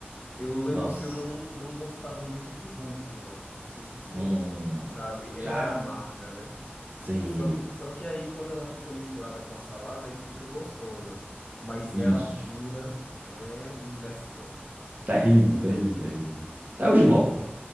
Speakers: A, on the left; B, on the right.
A: eu lembro
B: Nossa.
A: que eu não, não gostava muito de rúcula. Não sei se você
B: Hum,
A: sabe, ela
B: já.
A: é amarga, né?
B: Sim.
A: Só, só que aí, quando ela fica misturada com a salada, aí fica gostosa. Mas
B: Isso.
A: ela pura, é, não desce, não.
B: Terrível, terrível, terrível. É o jiló.